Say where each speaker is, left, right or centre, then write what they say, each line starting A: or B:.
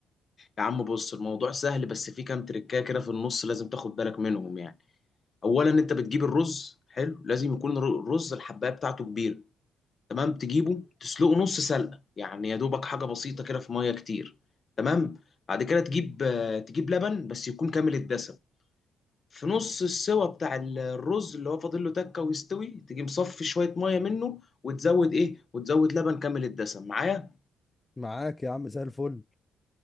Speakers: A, on the left; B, on the left.
A: يا عم بص الموضوع سهل بس في كام تريكايه كده في النص لازم تاخد بالك منهم يعني اولا انت بتجيب الرز حلو لازم يكون الر- الرز الحبايه بتاعته كبيره تمام تجيبه تسلقه نص سلقه يعني يا دوبك حاجه بسيطه كده في ميه كتير تمام بعد كده تجيب آه، تجيب لبن بس يكون كامل الدسم في نص السوا بتاع ال- الرز اللي هو فاضل له تكه ويستوي تيجي مصفي شويه ميه منه وتزود ايه وتزود لبن كامل الدسم معايا
B: معاك يا عم زي الفل